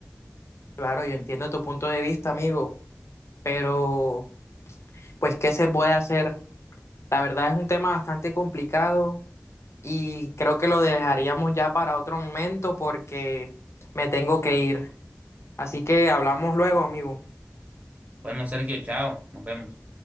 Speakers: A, on the left (about 60°); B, on the right (about 30°).
A: Claro, yo entiendo tu punto de vista, amigo, pero pues ¿qué se puede hacer? La verdad es un tema bastante complicado y creo que lo dejaríamos ya para otro momento porque me tengo que ir. Así que hablamos luego, amigo.
B: Bueno, Sergio, chao, nos vemos.